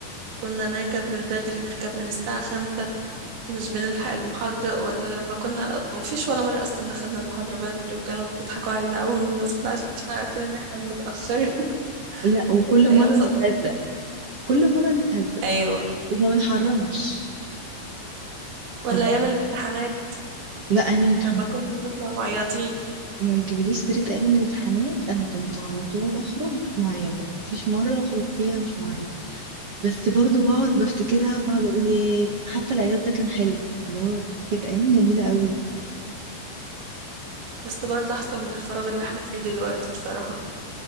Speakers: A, on the right; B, on the right.
A: كنا نركب من بدري نركب من الساعة خمسة ومش بنلحق المحاضرة ولا لما كنا مفيش ولا مرة أصلا دخلنا المحاضرة بدري وكانوا بيضحكوا علينا أول ما بندخل عشان عارفين إن احنا بنتأخر <laughs>
B: لا وكل
A: كانت أيام
B: مره
A: فظيعة
B: نتهزق كل مره نتهزق
A: أيوة
B: وما بنحرمش
A: ولا
B: والله
A: أيام الامتحانات
B: لا اعمل امتحان
A: لما كنا نطلع معيطين
B: ما تجيبليش سيرة أيام الامتحانات أنا كنت على طول أخرج معيطة مفيش مرة أخرج فيها مش معيطة بس برضو بقعد بفتكرها بقعد أقول ياه حتى العياط ده كان حلو اللي هو كانت أيام جميلة قوي
A: بس برضه أحسن من الفراغ اللي احنا فيه دلوقتي بصراحة